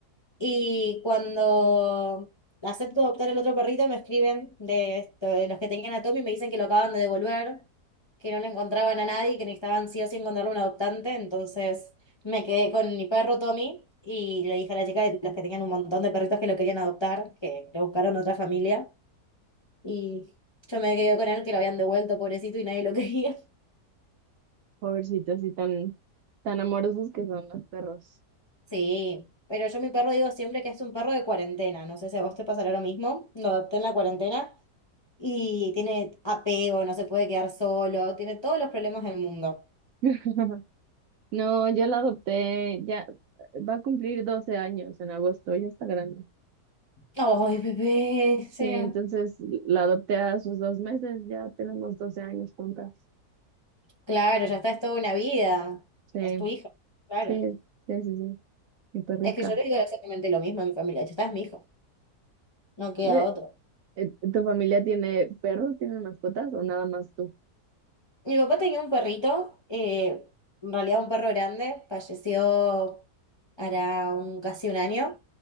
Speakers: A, on the left; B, on the right.
A: Y cuando acepto adoptar el otro perrito, me escriben de, esto, de los que tenían a Tommy y me dicen que lo acaban de devolver, que no le encontraban a nadie, que necesitaban sí o sí encontrarle un adoptante. Entonces me quedé con mi perro Tommy y le dije a la chica de los que tenían un montón de perritos que lo querían adoptar, que lo buscaron otra familia. Y yo me quedé con él que lo habían devuelto, pobrecito, y nadie lo <laughs> quería.
B: Pobrecitos así tan, tan amorosos que son los perros.
A: Sí, pero yo mi perro digo siempre que es un perro de cuarentena. No sé si a vos te pasará lo mismo. Lo adopté en la cuarentena y tiene apego, no se puede quedar solo, tiene todos los problemas del mundo.
B: <laughs> No, yo la adopté, ya va a cumplir 12 años en agosto, ya está grande.
A: Ay, bebé, o
B: Sí,
A: sea,
B: entonces la adopté a sus dos meses, ya tenemos 12 años juntas.
A: claro, ya está, es toda una vida.
B: Sí,
A: Es tu hijo, claro.
B: sí, sí, sí, sí, mi perrija.
A: Es que yo le digo exactamente lo mismo a mi familia. Ya está, es mi hijo, no queda
B: Eh,
A: otro.
B: eh, ¿Tu familia tiene perros, tiene mascotas o nada más tú?
A: Mi papá tenía un perrito, eh, en realidad un perro grande, falleció hará un, casi un año,